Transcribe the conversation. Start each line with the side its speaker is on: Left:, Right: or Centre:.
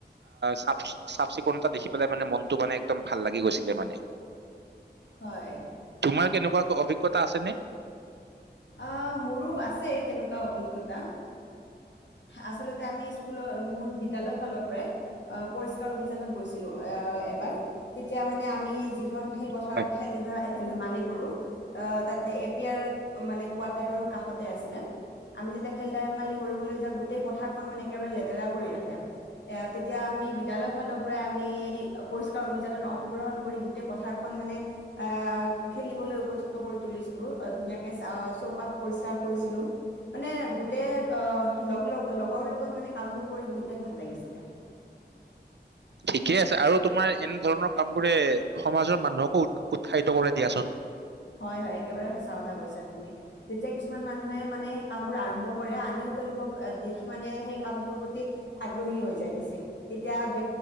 Right: চাফ চাফ চিকুণতা দেখি পেলাই মানে মনটো মানে একদম ভাল লাগি গৈছিলে মানে।
Left: হয়।
Right: তোমাৰ কেনেকুৱা অভিজ্ঞতা আছে নে?
Left: আহ মোৰো আছে তেনেকুৱা অভিজ্ঞতা, আচলতে আমি স্কুলৰ মোৰ বিদ্যালয়ৰ ফালৰ পৰাই পৰিষ্কাৰ অভিযানত গৈছিলো এবাৰয়া। মানে আমি যিখন খেল পথাৰত
Right: হয়
Left: খেলেল ধ মালিক। কৰো তাতে এপিয়াৰ। মানে, কোৱাৰটাৰৰ কাষতে আছিলে আমি যেতিয়া খেল ধেমালি কৰিবলৈ যাওঁ গোটেই পথাৰখন মানে একেবাৰে লেতেৰা কৰি ৰাখে। এ তেতিয়া আমি বিদ্যালয়ৰ ফালৰ পৰাই আমি পৰিসকাৰ অভিযানত অংশগ্ৰহণ কৰি গোটেই পথাৰখন মানে আহ খেলিবলৈ উপযুক্ত কৰি তুলিছিলো ধুনীয়া। চৌপাশ পৰিষ্কাৰ কৰিছিলো, মানে গোটেই লগ লগৰ লগত মানে কামবোৰ কৰি বহুতে ভাল লাগিছিলে।
Right: ঠিকেই আছে, আৰু তোমাৰ এনে ধৰণৰ কাম বোৰে সমাজৰ মানুহকো উ উৎসাহিত কৰে দিয়াচোন।
Left: হয় হয়, একেবাৰে সঁচা কথা কৈছা তুমি, যেতিয়া কিছুমান মানুহে মানে সেই কামবোৰ আৰম্ভ কৰে আনেও তেওঁলোকক দেখি মানে সেই কামটোৰ প্ৰতি আগ্ৰহী হৈ যায় বেছি তেতিয়া ব